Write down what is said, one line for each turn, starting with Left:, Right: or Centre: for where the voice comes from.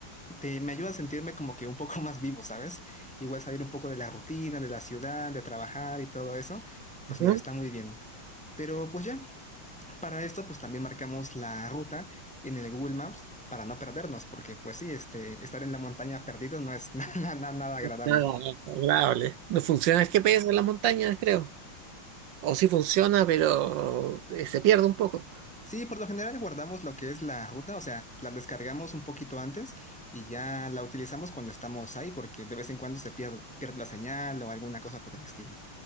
Centre: te- me ayuda a sentirme como que un poco <laughs> más vivo, ¿sabes? Igual salir un poco de la rutina, de la ciudad, de trabajar y todo eso, pues
Right: ujú.
Centre: mira, está muy bien. Pero pues ya, para esto pues también marcamos la ruta en el Google Maps para no perdernos, porque pues sí, este, estar en la montaña perdido no es <laughs> nada, nada nada agradable.
Right: Nada agradable. No funciona el GPS en las montañas, creo. O sí funciona, pero eh, se pierde un poco.
Centre: Sí, por lo general guardamos lo que es la ruta, o sea, la descargamos un poquito antes y ya la utilizamos cuando estamos ahí, porque de vez en cuando se pierde, pierde la señal o alguna cosa por el estilo.